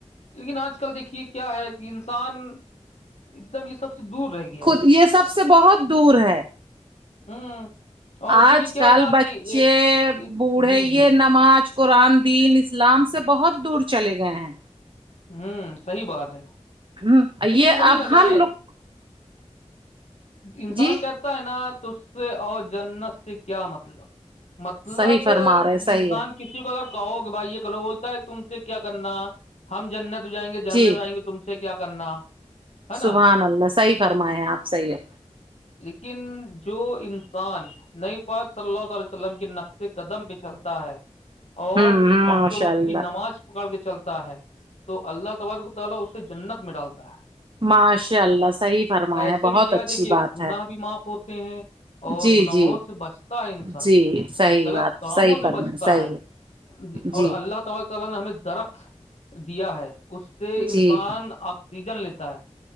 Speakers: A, on the left; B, on the right.
A: لیکن آج کل دیکھیے کیا ہے کہ انسان ایک دم یہ سب سے دور رہے گی
B: خود یہ سب سے بہت دور ہے
A: ہوں اور دیکھیے
B: آج
A: کیا
B: کل
A: ہے نا
B: بچے
A: کہ یہ-
B: بوڑھے
A: جی جی
B: یہ نماز قرآن دین اسلام سے بہت دور چلے گئے ہیں
A: ہوں صحی بات ہے
B: ہ یہ
A: لیکن وہی
B: اب
A: نہ
B: ہم
A: کہیں
B: لوگ
A: انسان
B: جی
A: کہتا ہے نا ت سے اور جنت سے کیا مطلب مطلب
B: صحیح فرما رہے صحیح
A: انسان
B: ہے
A: کسی کو اگر کہو کہ بھائی یہ کہو بولتا ہے تم سے کیا کرنا ہم جنت جائیں گے جھرنے
B: جی
A: میں آئیں گے تم سے کیا کرنا ہے نا
B: سبحان اللہ صحیح فرمائے ہے آپ صحیح ہے
A: لیکن جو انسان نئی پاک صلہ تعالی س کے نقشے قدم پہ چلتا ہے اور
B: ہوں
A: پانچوں
B: ماشاء
A: وقت
B: اللہ
A: کی نماز <unintelligible>
B: ماشاء اللہ صحیح فرما
A: ایسے
B: ہے بہت
A: میں کیا
B: اچھی
A: دیکھیے
B: بات
A: گناہ
B: ہے
A: بھی معاف ہوتے ہیں اور
B: جی
A: گناہوں
B: جی
A: سے بچتا ہے انسان
B: جی صحیح
A: غلط
B: بات
A: کاموں
B: صحیح
A: سے
B: فرمایا
A: بچتا
B: صحیح
A: ہے
B: جی
A: اور اللہ تبار ت نے ہمیں درخت دیا ہے اس سے انسان
B: جی
A: آکسیجن لیتا ہے